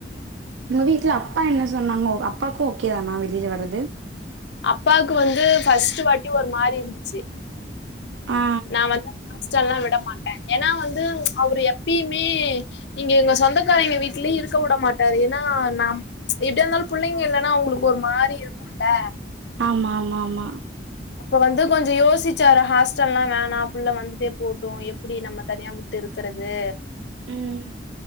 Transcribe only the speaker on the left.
அப்பாக்கு வந்து ஃபஸ்ட்ட வாட்டி ஒரு மாரி இருந்துச்சு
நா வந்து ஹாஸ்டல்லா விட மாட்டே ஏன்னா வந்து அவரு எப்பயுமே இங்க எங்க சொந்தக்கார எங்க வீட்லயு இருக்க விட மாட்டாரு ஏன்னா நா எப்படியு இருந்தாலு பபுள்ளைங்க இல்லன்னா அவங்களுக்கு ஒரு மாரி இருக்கும்ல
அப்ப வந்து கொஞ்சோ யோசிச்சாரு ஹாஸ்டல்லா எல்லா வேணா புள்ள வந்துட்டே போட்டு எப்படி நம்ம தனியாவுட் விட்டு இருக்கறது